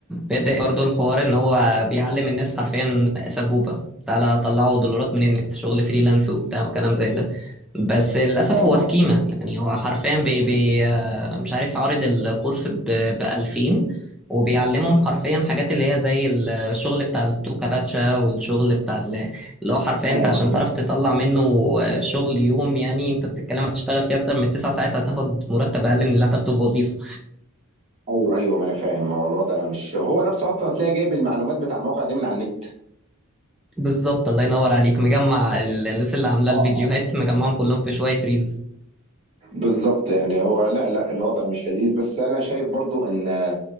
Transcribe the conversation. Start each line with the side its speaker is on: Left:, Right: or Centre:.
Centre: بدأ برضو الحوار ان هو بيعلم الناس حرفيا سبوبة تعالى طلعوا دولارات من النت شغل فريلانس وبتاع وكلام زي ده بس للأسف
Right: اه
Centre: هو سكيمة يعني هو حرفيا بي بي آه، مش عارف عارض الكورس ب 2000 وبيعلمهم حرفيا حاجات اللي هي زي الشغل بتاع التوكا باتشا والشغل بتاع ال- اللي هو حرفيا
Right: اه
Centre: انت
Right: آه.
Centre: عشان تعرف تطلع منه شغل يوم يعني انت بتتكلم هتشتغل فيه اكتر من تسع ساعات هتاخد مرتب اقل من اللي هتاخده في وظيفة
Right: ايوه ايوه ما انا فاهم هو الوضع مش هو نفسه اصلا هتلاقي جايب المعلومات بتاع المواقع دي من على النت
Centre: بالظبط الله ينور عليك مجمع ال- الناس اللي عامله
Right: اه
Centre: الفيديوهات
Right: آه.
Centre: مجمعهم كلهم في شويه ريلز
Right: بالظبط يعني هو لا لا الوضع مش لذيذ بس انا شايف برضو ان